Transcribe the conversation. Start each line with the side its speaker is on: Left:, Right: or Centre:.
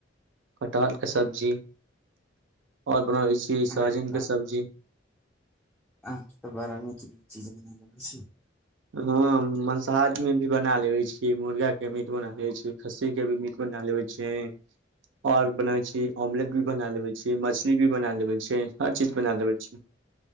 Right: कटहल के सब्जी। आओर बनबै छी
Centre: अहाँके
Right: सहजन के सब्जी।
Centre: आ तऽ बड़ नीक चीज छै।
Right: हँ, मांसाहार में भी बना ले छी। मुर्गा के मीट बना ले छी, खस्सी के भी मीट बना लेवे छी। छै। आओर बनबै छी, ऑमलेट भी बना लेवे छी, मछली भी बना लेवे छी, हर चीज बना लेवे छी।